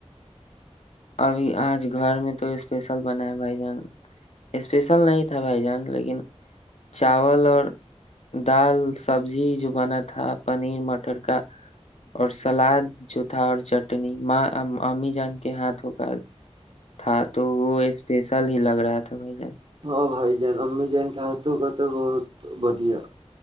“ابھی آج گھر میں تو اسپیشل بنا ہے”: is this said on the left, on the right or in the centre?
Left